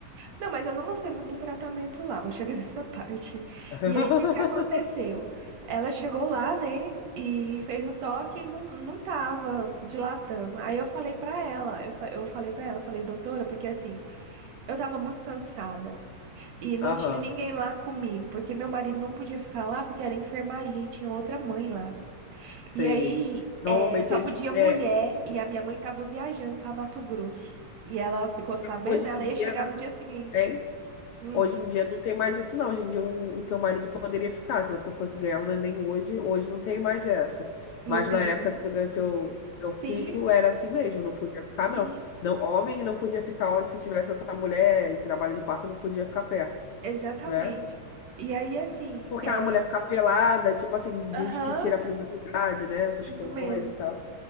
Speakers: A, on the right (about 65°); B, on the left (about 85°).
A: Não, mas eu não gostei muito do tratamento lá, vou chegar <laughs> nessa parte.
B: <laughs>
A: E aí, o que que aconteceu? Ela chegou lá, né, e fez o toque e não, não tava dilatando. Aí eu falei pra ela, eu, fa- eu falei pra ela, eu falei, doutora, porque assim, eu tava muito cansada e não
B: Aham.
A: tinha ninguém lá comigo, porque meu marido não podia ficar lá porque era enfermaria e tinha outra mãe lá.
B: Sei.
A: E aí,
B: Normalmente
A: é, só
B: eles.
A: podia mulher
B: É,
A: e a minha mãe tava viajando pra Mato Grosso. E ela ficou sabendo,
B: hoje
A: ela
B: em dia.
A: ia chegar no dia seguinte.
B: é
A: Hum.
B: Hoje em dia não tem mais isso, não. Hoje em dia o, o teu marido poderia ficar. Se você fosse ganhar um neném hoje, hoje não tem mais essa.
A: Não
B: Mas
A: tem,
B: na época
A: né?
B: que tu ganhou teu, teu filho,
A: Sim,
B: era assim mesmo, não podia ficar, não.
A: sim,
B: Não, homem não podia ficar onde se tivesse outra mulher em trabalho de parto, não podia ficar perto,
A: exatamente.
B: né?
A: E aí, assim,
B: Porque
A: é.
B: a mulher ficar pelada, tipo assim, diz
A: Aham,
B: que tira a privacidade, né? Essas
A: isso
B: coisas
A: mesmo.
B: e tal.